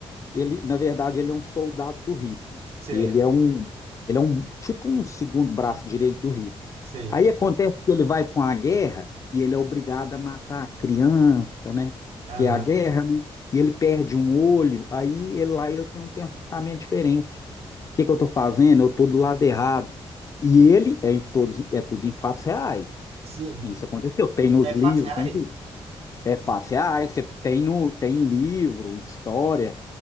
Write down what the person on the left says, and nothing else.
Ele, na verdade, ele é um soldado do Hitler.
Ele é um, ele é um tipo um segundo braço direito do Hitler.
Aí acontece que ele vai para uma guerra e ele é obrigado a matar a criança, né? Porque
é a guerra, né? E ele perde um olho, aí ele lá ele tem um pensamento diferente. O que que eu estou fazendo? Eu estou do lado errado. E ele é todos é tudo em fatos reais.
Isso aconteceu, tem nos
livros,
tem tudo. É fato. Você, ah, você tem no, tem livro, história,